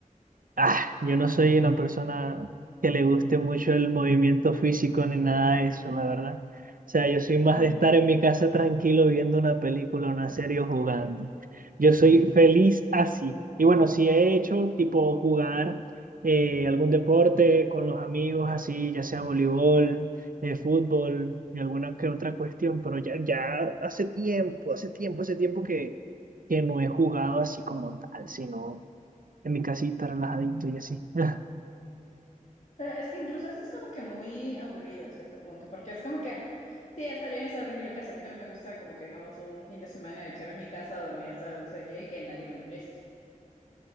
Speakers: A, on the right; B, on the left.
A: Ah, yo no soy una persona que le guste mucho el movimiento físico ni nada de eso, la verdad. O sea, yo soy más
B: <laughs>
A: de estar en mi casa tranquilo viendo una película, una serie o jugando. Yo soy feliz así. Y bueno, sí he hecho tipo jugar eh, algún deporte con los amigos, así, ya sea voleibol, eh, fútbol y alguna que otra cuestión, pero ya, ya hace tiempo, hace tiempo, hace tiempo que, que no he jugado así como tal, sino en mi casita, relajadito y así. <laughs>
B: Pero es que incluso eso es como que muy aburrido en cierto punto, porque es como que, sí, está bien estar tranquilo en casa. A mí también me gusta como que, digamos, un fin de semana echarme en mi casa a dormir hasta las 12 del día y que nadie me moleste.